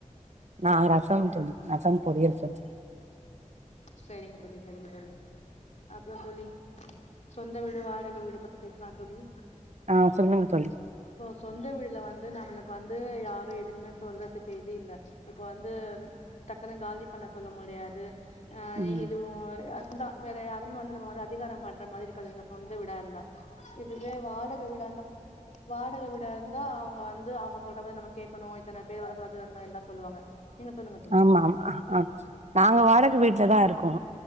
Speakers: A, on the right (about 60°); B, on the left (about 60°).
A: நா ரசம் தோழி ரசம் பொறியல் செஞ்ச
B: செரிங்க தோழி செரிங்க தோழி அப்புற தோழி சொந்த வீடு வாடக வீடு பத்தி பேசலா தோழி
A: ஆ சொல்லுங்க தோழி
B: இப்போ சொந்த வீடுல வந்து நம்மளுக்கு வந்து யாரு எதுமே சொல்றது தெரில இப்ப வந்து டக்குன்னு காலி பண்ண சொல்ல முடியாது ஆ
A: ம்
B: இதுவு அதுதா வேற யாருமே வந்து நம்ம வந்து அதிகாரம் பண்ற மாதிரி இருக்காதுங்க சொந்த வீடாந்தா இதுவே வாடக வீடாந்தா வாடக வீடாருந்தா அவங்க வந்து அவங்க சொல்ற மாரி நம்ம கேட்கணு இத்தன பேர் வரக்கூடாது வரணு எல்லா சொல்லுவாங்க நீங்க சொல்லுங்க தோழி
A: ஆமா ஆமா ஆ நாங்க வாடக வீட்ல தா இரு ருக்கோ